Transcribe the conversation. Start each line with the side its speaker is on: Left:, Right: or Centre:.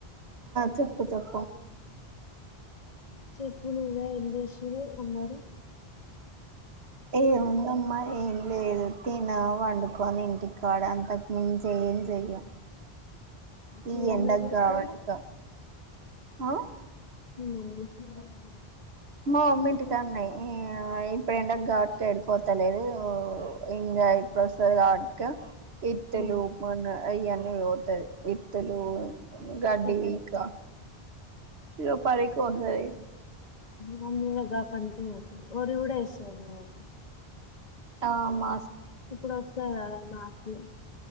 Right: చెప్పు చెప్పు
Left: చెప్పు నువ్వే ఏం చేస్స్ తూ ఉన్నారు
Right: ఏముందమ్మా ఏం లేదు తిన వండుకొని ఇంటి క్కడ అంతకు మించి ఏం చెయ్య
Left: మీ
Right: ఈ
Left: మమ్మీ
Right: ఎండకిగావటిక
Left: ఏం చేస్తది
Right: ఆ
Left: మీ మమ్మీ కూరగాయలు దగర
Right: మా అమ్మ ఇంటికాన్నే ఏవై ఎండకిగావట్టి ఎడ్ పోతలేదు ఇంగ ఇప్పుడు వస్పది కావ క ఇత్తలు
Left: ఆ
Right: మొన్న అయ్యన్ ఇగ పోతాది ఇత్తలు గడ్డి
Left: సెకండ్
Right: వీకా ఇగ పనికి వోతాది
Left: మూములుగా పనికి వోతది వడి కూడా వేస్సాది మా అమ్మ
Right: ఆమ
Left: ఇప్పుడు వస్తారు నాస్లు